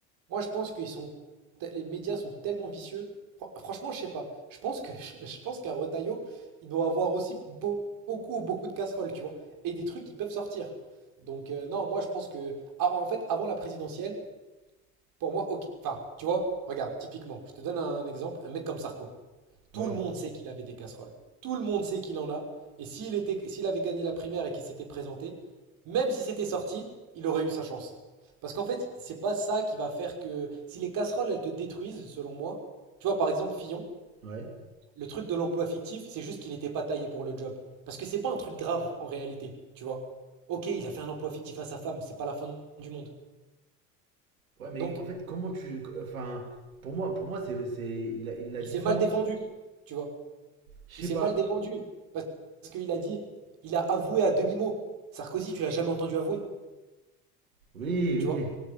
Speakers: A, on the right (about 55°); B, on the right (about 85°).
A: Moi, je pense qu'ils sont, te- les médias sont tellement vicieux. Fran- Franchement, je sais pas. Je pense que, <laughs> je pense qu'un Retailleau, il doit avoir aussi beau- beaucoup, beaucoup de casseroles, tu vois, et des trucs qui peuvent sortir. Donc euh, non, moi, je pense que, ah, en fait, avant la présidentielle, pour moi, ok. Enfin, tu vois, regarde, typiquement, je te donne un exemple, un mec comme Sarko. Tout
B: Ouais,
A: le monde sait qu'il avait des casseroles. Tout le monde sait qu'il en a. Et s'il était, s'il avait gagné la primaire et qu'il s'était présenté, même si c'était sorti, il aurait eu sa chance. Parce qu'en fait, c'est pas ça qui va faire que si les casseroles elles te détruisent, selon moi. Tu vois, par exemple, Fillon,
B: ouais.
A: le truc de l'emploi fictif, c'est juste qu'il n'était pas taillé pour le job. Parce que c'est pas un truc grave en réalité, tu vois. Ok, il a fait un emploi fictif à sa femme, c'est pas la fin du monde.
B: Ouais mais
A: Donc,
B: en fait comment tu... Enfin pour moi pour moi c'est... c'est il a, il a
A: il
B: différence.
A: s'est mal défendu, tu vois.
B: Je
A: Il
B: sais
A: s'est
B: pas.
A: mal défendu parce parce qu'il a dit, il a avoué à demi-mot. Sarkozy, tu l'as jamais entendu avouer,
B: Oui
A: tu
B: oui
A: vois?
B: oui.